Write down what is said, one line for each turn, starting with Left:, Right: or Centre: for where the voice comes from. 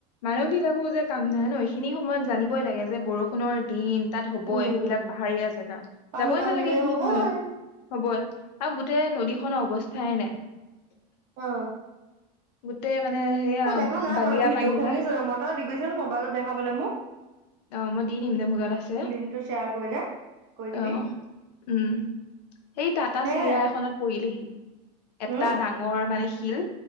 Left: মানুহ বিলাকো যে কাম নাই ন এইখিনি সময়ত
Right: উম
Left: জানিবই লাগে যে বৰষুণৰ দিন- তাত হ'বই
Right: উম
Left: সেইবিলাক পাহাৰীয়া জেগা
Right: পানী
Left: যাবই
Right: বাঢ়িলে
Left: নালাগে সখিনি
Right: হবই
Left: সময়ত। হবয়ে আৰু গোটেই নদীখনৰ অৱস্থাই নাই।
Right: অ
Left: গোটেই মানে সেইয়া
Right: মই দেখা নাই
Left: বালিয়া
Right: বাৰু ভিডিঅ'
Left: পানী
Right: শুনিছোহে
Left: পা।
Right: মই তই দিবিচোন মোবাইলত দেখা পালে মোক
Left: অ', মই দি দিম দে মোৰ লগত আছে।
Right: লিংকটো শ্বেয়াৰ কৰিলে কৰি দিবি
Left: আহ উম সেই টাটা
Right: সেয়াই
Left: চিৰা এখনত পৰিলেহি এটা
Right: হম
Left: ডাঙৰ মানে শিল